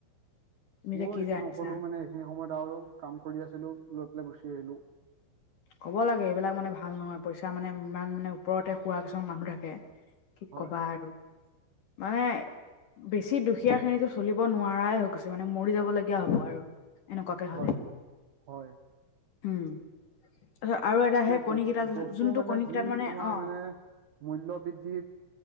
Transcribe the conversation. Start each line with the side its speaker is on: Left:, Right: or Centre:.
Left: তুমি
Right: ময়ো
Left: যে কি
Right: একো
Left: যে আনিছা
Right: নকলো মানে সেইখিনি সময়ত আৰু কাম কৰি আছিলোঁ লৈ পেলাই গুচি আহিলোঁ।
Left: ক'ব লাগে এইবিলাক মানে ভাল নহয় পইচা মানে ইমান মানে ওপৰতে খোৱা কিছুমান মানুহ থাকে। কি
Right: হয়
Left: কবা আৰু মানে বেছি দুখীয়া খিনিতো চলিব নোৱাৰাই হৈ গৈছে মানে মৰি যাবলগীয়া হ'ব আৰু। এনেকুৱাকে হলে,
Right: হয় হয়
Left: উম, তাৰপিছত এটা আৰু
Right: সেইটোৱে
Left: সেই কণীকেইটা
Right: বস্তু
Left: যোনটো
Right: মানে
Left: কণীকেইটাত
Right: যি তোমাৰ
Left: অ
Right: মানে মূল্য বৃদ্ধি